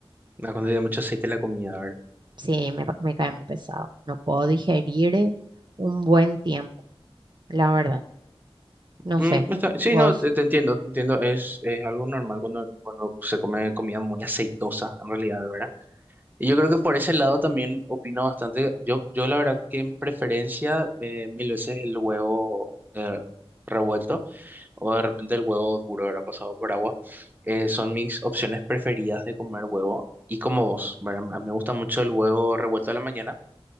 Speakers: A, on the right (about 20°); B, on the right (about 50°).
A: Ah, Cuando tiene mucho aceite la comida, ¿verdad?
B: Sí, me, me cae muy pesado. No puedo digerir eh, un buen tiempo, la verdad. No
A: Mm,
B: sé,
A: está- sí,
B: vos.
A: no, te, te entiendo, te entiendo. Es, es algo normal cuando, cuando se come comida muy aceitosa, en realidad, ¿verdad? Y yo creo que por ese lado también opino bastante. Yo, yo la verdad que en preferencia eh, mil veces el huevo eh, revuelto o de repente el huevo duro, ahora pasado por agua, eh, son mis opciones preferidas de comer huevo. Y como vos, ¿verdad? A mí me gusta mucho el huevo revuelto a la mañana.